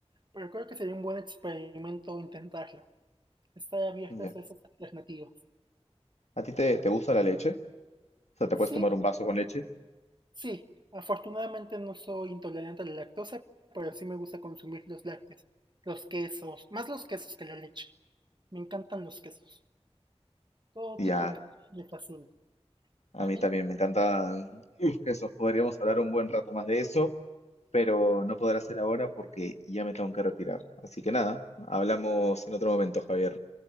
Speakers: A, on the right (about 45°); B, on the left (about 85°).
A: pero creo que sería un buen experimento intentarlo. Estar abiertas
B: Ya.
A: a esas alternativas.
B: ¿A ti te, te gusta la leche? O sea, te
A: Sí,
B: puedes tomar un vaso con leche
A: sí. Afortunadamente no soy intolerante a la lactosa, pero sí me gusta consumir los lácteos, los quesos, más los quesos que la leche. Me encantan los quesos. Todo
B: y
A: tipo
B: ya,
A: de quesos me fascina.
B: a
A: ¿A
B: mí
A: ti?
B: también me encanta uf, eso. Podríamos hablar un buen rato más de eso, pero no podrá ser ahora porque ya me tengo que retirar. Así que nada, hablamos en otro momento, Javier.